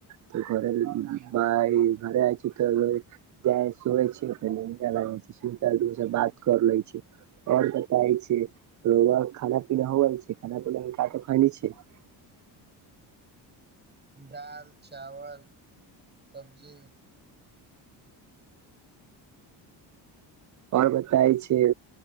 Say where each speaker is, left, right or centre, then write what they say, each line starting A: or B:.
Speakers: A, on the right; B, on the right.
A: तऽ घरे बइ घर आ छी तऽ <inaudible> <unintelligible>
B: दाल चावल सब्जी
A: आओर बताय छिये